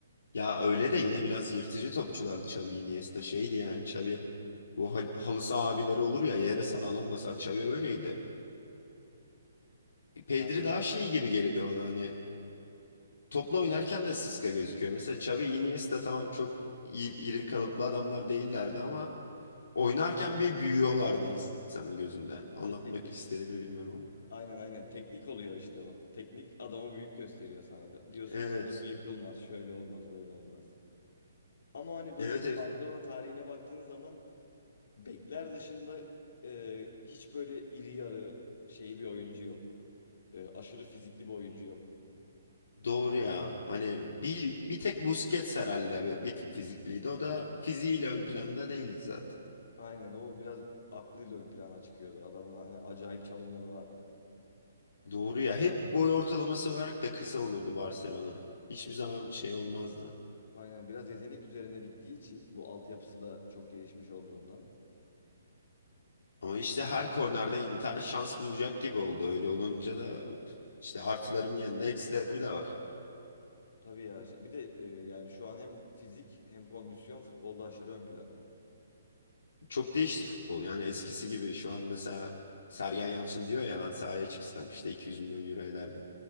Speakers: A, on the left; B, on the left.
A: Ya öyle de yine biraz yırtıcı topçulardı Xavi, Iniesta şeydi yani Xavi. Bu hal halı saha abileri olur ya yere sağlam basar Xavi öyleydi.
B: Ya
A: Pedri daha şey gibi geliyor bana hani topla oynarken de sıska gözüküyor. Mesela Xavi, Iniesta tamam çok i- iri kalıplı adamlar değillerdi ama Oynarken bir büyüyorlardı insanın gözünde. Anlatmak
B: bir de teknik.
A: istediğimi bilmiyorum ama.
B: Aynen aynen. Teknik oluyor işte o. Teknik adamı büyük gösteriyor sana. Diyorsun
A: Evet.
B: ki hani bu yıkılmaz, şöyle olmaz, böyle olmaz. Ama hani böyle
A: Evet
B: bir
A: evet.
B: Barcelona tarihine baktığın zaman Bekler dışında e, hiç böyle iri yarı şey bir oyuncu yok. E, aşırı fizikli bir oyuncu yok.
A: Doğru ya. Hani bir bir tek Busquets herhalde bir, bir tık fizikliydi. O da fiziğiyle ön planda değildi zaten.
B: Aynen o biraz aklıyla ön plana çıkıyordu. Adamın hani acayip çalımları vardı.
A: Doğru ya. Hep boy ortalaması olarak da kısa olurdu Barcelona. Hiçbir zaman şey olmazdı.
B: Aynen biraz yetenek üzerine gittiği için bu altyapısı da çok gelişmiş olduğundan.
A: Ama işte her kornerden Inter şans bulacak gibi oldu. Öyle olunca da işte artıların yanında eksileri de var.
B: Tabii ya şey- bir de e, yani şu an hem fizik hem kondisyon futbolda aşırı ön planda.
A: Çok değişti futbol. Yani eskisi gibi şu an mesela Sergen Yalçın diyor ya ben sahaya çıksam işte 200 milyon euro ederdim.